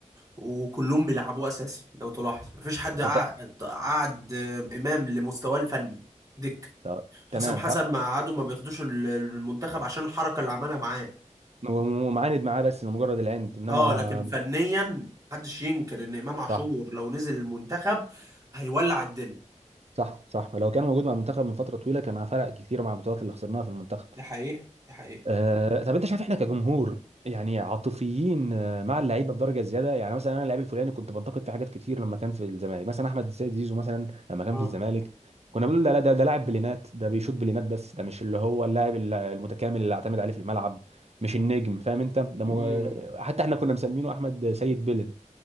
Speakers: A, on the right; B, on the right.
A: وكلهم بيلعبوه اساسي لو تلاحظ مفيش حد قعد
B: ت- ت-
A: قعد امام لمستواه الفني دك
B: ت- تمام
A: حسام حسن
B: ت-
A: ما قعدوا ما بياخدوش ال- المنتخب عشان الحركه اللي عملها معاه
B: ومعاند معاه بس لمجرد العند انما
A: اه لكن فنيا محدش ينكر ان امام عاشور
B: صح
A: لو نزل المنتخب هيولع الدنيا
B: صح صح لو كان موجود مع المنتخب من فتره طويله كان فرق كتير مع البطولات اللي خسرناها في المنتخب
A: دي حقيقه دي حقيقه
B: آه، طب انت شايف احنا كجمهور يعني عاطفيين آه، مع اللعيبه بدرجه زياده يعني مثلا انا اللعيب الفلاني كنت بنتقد فيه حاجات كتير لما كان في الزمالك مثلا احمد السيد زيزو مثلا لما كان
A: اه
B: في الزمالك كنا بنقول ده لا ده ده لاعب بلينات ده بيشوط بلينات بس ده مش اللي هو اللاعب ال- المتكامل اللي اعتمد عليه في الملعب مش النجم فاهم انت ده
A: مم.
B: مو... حتى احنا كنا مسمينه احمد سيد بلن